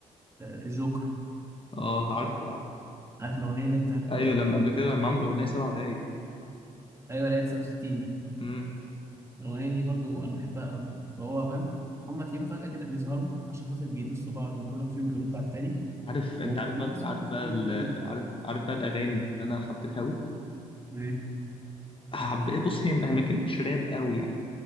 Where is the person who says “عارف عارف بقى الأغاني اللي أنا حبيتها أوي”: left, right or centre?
Left